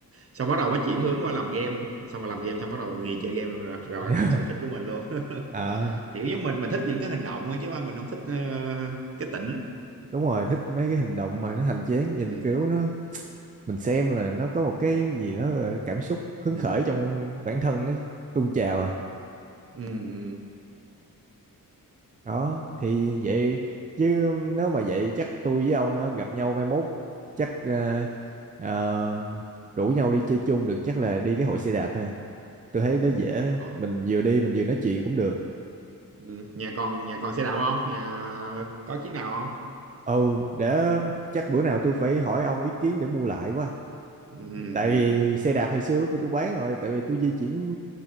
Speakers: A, on the right; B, on the right.
A: xong bắt đầu mới chuyển hướng qua làm game xong rồi làm game xong bắt đầu ghiền chơi game luôn rồi, rồi
B: <laughs>
A: thành sở thích của mình luôn
B: Ờ,
A: <laughs> kiểu như mình mình thích những cái hành động ấy, chứ mà mình không thích ờ, cái tỉnh
B: đúng rồi thích mấy cái hành động
A: ừ.
B: mà nó hành chiến nhìn
A: Ừ.
B: kiểu nó mình xem là nó có một cái gì đó là cảm xúc hứng
A: Ừ.
B: khởi trong bản thân nó tuôn trào à
A: Ừ. Ừ.
B: đó thì vậy chứ nếu mà vậy chắc tôi với ông á, gặp nhau mai mốt chắc ờ, ờ, rủ nhau đi chơi chung được chắc là đi cái hội xe đạp ha tôi thấy
A: Ừ.
B: nó dễ
A: Ồ.
B: mình vừa đi mình vừa nói chuyện cũng được
A: Ừ. nhà còn nhà còn xe đạp không nhà có chiếc nào không
B: ồ để chắc bữa nào tôi phải hỏi ông ý kiến để mua lại quá
A: ừ.
B: tại
A: Ừ.
B: vì xe đạp hồi xưa tôi tôi bán rồi tại vì tôi di chuyển